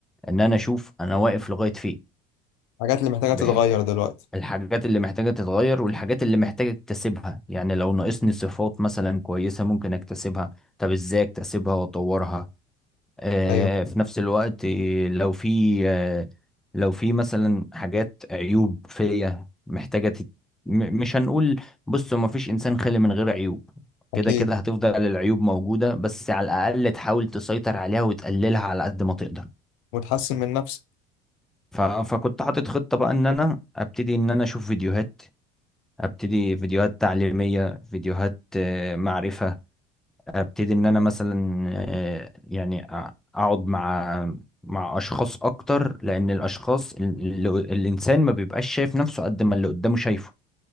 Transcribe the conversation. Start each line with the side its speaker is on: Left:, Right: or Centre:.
Centre: ان انا اشوف انا واقف لغايه فين
Left: الحاجات اللي محتاجة
Centre: بح-
Left: تتغير دلوقتي
Centre: الحاجات اللي محتاجه تتغير والحاجات اللي محتاجه اكتسبها يعني لو ناقصني صفات مثلا كويسه ممكن اكتسبها طب ازاي اكتسبها واطورها آه
Left: أيوه
Centre: في نفس الوقت آه، لو في آه لو في مثلا حاجات عيوب فيا محتاجه تت... م- مش هنقول بصوا ما فيش انسان خالي من غير عيوب
Left: أكيد
Centre: كده كده هتفضل العيوب موجودة بس على الأقل تحاول تسيطر عليها وتقللها على قد ما تقدر
Left: وتحسن من نفسك
Centre: ف... فكنت حاطط خطة بقى ان انا ابتدي ان انا اشوف فيديوهات ابتدي فيديوهات تعليمية فيديوهات آه، معرفة ابتدي ان انا مثلا آه، يعني أ- اقعد مع مع اشخاص اكتر لان الاشخاص اللي... الانسان ما بيبقاش شايف نفسه قد ما اللي قدامه شايفه